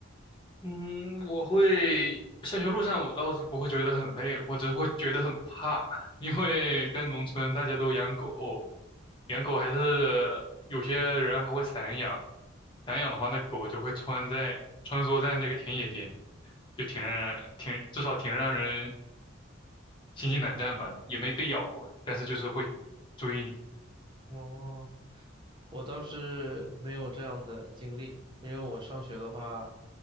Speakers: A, on the left; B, on the right.
A: 嗯，我会上学路上我倒是不会觉得很累，我只是会觉得很怕，因为在农村大家都养狗，养狗还是有些人还会散养，散养的话那狗就会穿在穿梭在那个田野间，就挺让人挺至少挺让人心惊胆战吧，也没被咬过，但是就是会追你。
B: 哦。我倒是没有这样的经历，因为我上学的话，